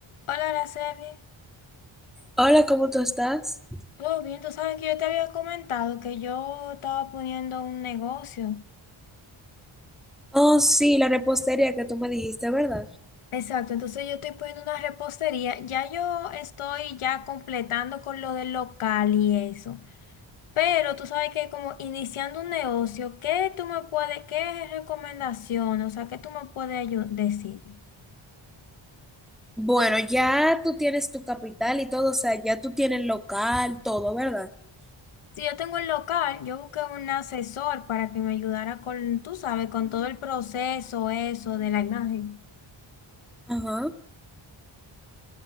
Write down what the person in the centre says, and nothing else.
Hola, ¿cómo tú estás?
Oh, sí, la repostería que tú me dijiste, ¿verdad?
Bueno, ya tú tienes tu capital y todo, o sea, ya tú tienes local, todo, ¿verdad?
Ajá.